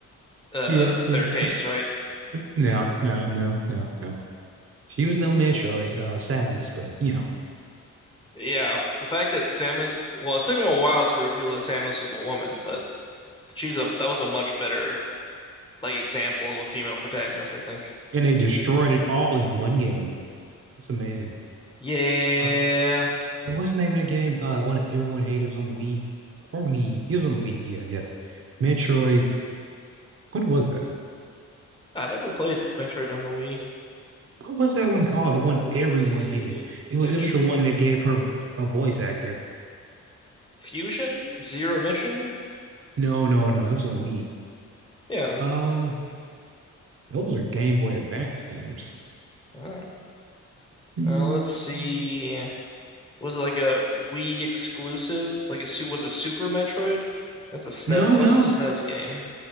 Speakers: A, on the left (about 15°); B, on the right (about 50°).
A: uh
B: Yeah, yeah.
A: their case, right?
B: No, no, no, no, no. She was no Metroid, uh, Samus, but you know,
A: Yeah, the fact that Samus ex- well, it took him a while to reveal that Samus was a woman, but she's a that was a much better like example of a female protagonist, I think.
B: and they destroyed it all in one game. It's amazing.
A: Yeah,
B: Uh, what's the name of that game? Uh, one that everyone hated it was on Wii or Wii. It was on Wii. Yeah, yeah. Metroid. What was that?
A: I never played Metroid on the Wii.
B: What was that one called? The one
A: Uh,
B: everyone
A: Wii
B: hated. It was.
A: Metroid
B: It was the one that gave her a voice actor.
A: Fusion Zero Mission.
B: No, no, no. It was on Wii.
A: Yeah, I'm
B: Uh,
A: looking.
B: those are Game Boy Advance games.
A: Oh,
B: Mm,
A: uh, let's see. was like a Wii exclusive. Like a su was a Super Metroid. That's a SNES.
B: no,
A: That
B: no.
A: was a SNES game.